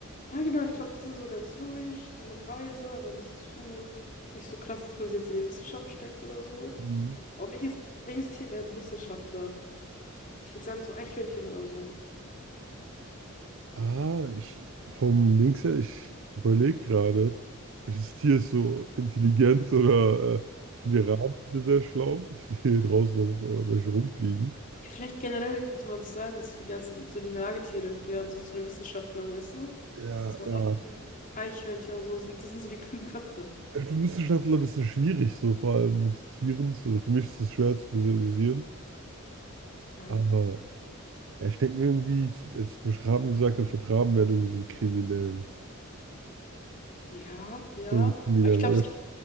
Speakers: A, on the left (about 40°); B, on the right (about 65°).
A: Ja, genau, ich glaube, die sind so ganz ruhig, die sind noch weise, aber nicht zu, nicht so krass, dass man sie jetzt in die Wissenschaft steckt oder so.
B: Mhm.
A: Oh, welches, welches Tier wäre ein Wissenschaftler? Ich würde sagen, so Eichhörnchen oder so.
B: Ah, ich vom Dings her, ich überlege gerade, welches Tier ist so intelligent oder äh, ich finde die Raben sehr schlau. Ich sehe hier draußen noch äh, welche rumfliegen.
A: Ja, vielleicht generell könnte man so sagen, dass so die ganzen, so die Nagetiere gehören so zu den Wissenschaftlern, weißt du?
B: Ja,
A: So Ratten,
B: ja.
A: Eichhörnchen und so, sind- das sind so die klugen Köpfe.
B: Für Wissenschaftler ein bisschen schwierig, so vor allem mit Tieren. Also für mich ist es schwer zu visualisieren.
A: Mhm.
B: aber Ja, ich denke mir irgendwie, jetzt wo ich Raben gesagt habe, ich glaube, Raben wären irgendwie so die Kriminellen.
A: Ja, ja.
B: Das wären so Kriminelle.
A: Aber ich glaube, es gibt,